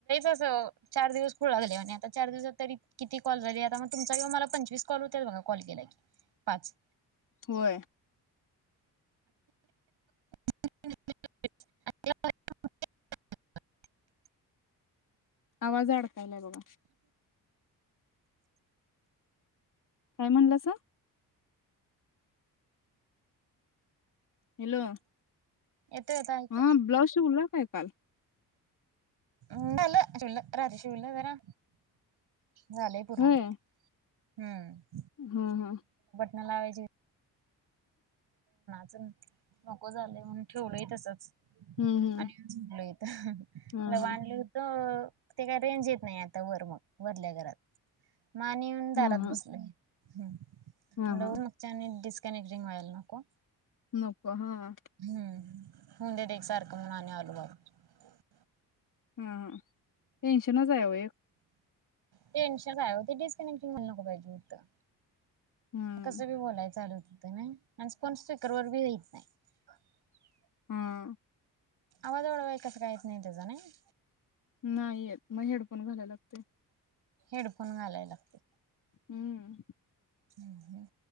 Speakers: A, on the right (about 70°); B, on the left (about 50°).
A: अव चार दिवस खूळ लागल्या वाणी आता चार दिवसात तरी किती कॉल झाली आता मग तुमचा हा मला पंचवीस कॉल होत्यात बघा कॉल केला की पाच
B: होय
A: <unintelligible>
B: आवाज अडकायला बघा काय म्हणलासा? हॅलो
A: येतोय आता ऐकू
B: हा ब्लाऊज शिवला काय काल?
A: झालं शिवला रात्री शिवलं जरा झालंय पुर्ण
B: होय
A: आता हं
B: हा हा
A: नाला वयची नको झालंय म्हणून ठेवलंय तसंच
B: हम्म हम्म
A: आणि येऊन झोपलोय इथं
B: हा
A: लवांडलो
B: हा
A: होतो. ते काय रेंज येत नाही आता वर मग वरल्या घरात. म आणि येऊन दारात
B: हा हा
A: बसलोय. हम्म.
B: हा हा
A: ऊन <unintelligible> <unintelligible> व्हायला नको.
B: नको. हा हा
A: हम्म. हु देत एक सारखं म्हणून आणि आलो बाबा
B: हा हा टेन्शनच आहे व एक
A: टेन्शन हाय डिस्कनेक्टिंग वायला नको पाहिजे होत.
B: हम्म
A: कसं बी बोलाय चालू. अन फन स्पीकर वर भी यत नाहीय.
B: हा.
A: आवाज वाढवाय कसा काय येत नाही तेजा नाही.
B: नाही येत मग हेडफोन घालायला लागतो.
A: हेडफोन घालाय लागतंय.
B: हम्म
A: हम्म ह.